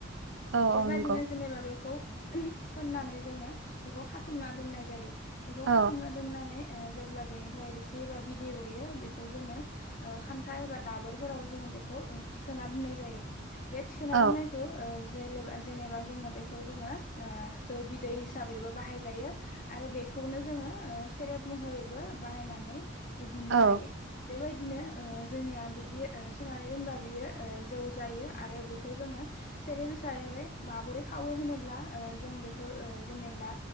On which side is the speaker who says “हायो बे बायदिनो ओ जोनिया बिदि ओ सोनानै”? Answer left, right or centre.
Left